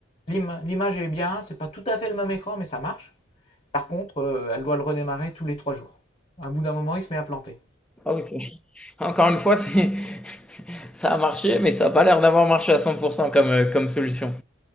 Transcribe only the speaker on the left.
L'ima- L'image est bien, c'est pas tout à fait le même écran, mais ça marche. Par contre, euh, elle doit le redémarrer tous les trois jours. À bout d'un moment, il se met à planter.